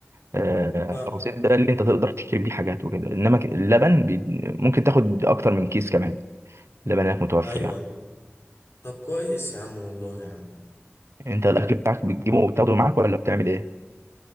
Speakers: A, on the right; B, on the left.
A: آه،
B: فاهم
A: الرصيد ده اللي أنت تقدر تشتري بيه حاجات وكده إنما اللبن بي... ممكن تاخد أكتر من كيس كمان اللبن هناك متوفر
B: ايوه
A: يعني
B: ايوه طب كويس يا عم والله يا عم
A: يعني انت الاكل بتاعك بتجيبه وبتاخده معاك ولا بتعمل ايه